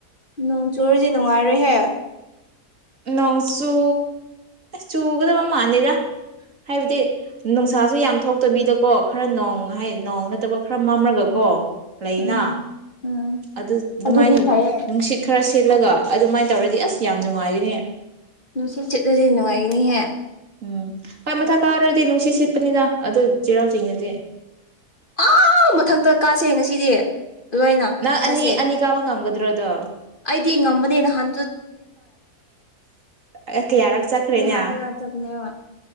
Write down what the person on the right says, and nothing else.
ꯅꯣꯡꯆꯨ ꯆꯨꯒꯗꯕ ꯃꯥꯂꯦꯗ ꯍꯥꯏꯕꯗꯤ ꯅꯨꯡꯁꯥꯁꯨ ꯌꯥꯝ ꯊꯣꯛꯇꯕꯤꯗꯀꯣ ꯈꯔ ꯅꯣꯡ ꯍꯥꯏ ꯅꯣꯡ ꯅꯠꯇꯕ ꯈꯔ ꯃꯝꯂꯒꯀꯣ ꯂꯩꯅꯥ
ꯑꯗꯨ ꯑꯗꯨꯃꯥꯏꯅ
ꯅꯨꯡꯁꯤꯠ ꯈꯔ ꯁꯦꯠꯂꯒ ꯑꯗꯨꯃꯥꯏꯅ ꯇꯧꯔꯗꯤ ꯑꯁ ꯌꯥꯝ ꯅꯨꯡꯉꯥꯏꯔꯤꯅꯦ
ꯎꯝ ꯍꯣꯏ ꯃꯊꯛ ꯀꯥꯔꯗꯤ ꯅꯨꯡꯁꯤꯠ ꯁꯤꯠꯄꯅꯤꯅ ꯑꯗꯨ ꯆꯩꯔꯥꯎ ꯆꯤꯡꯗꯗꯤ
ꯅꯪ
ꯑꯅꯤ ꯑꯅꯤ ꯀꯥꯕ ꯉꯝꯒꯗ꯭ꯔꯣꯗꯣ
ꯑꯦ ꯀꯌꯥꯔꯛ ꯆꯠꯈ꯭ꯔꯦꯅꯦ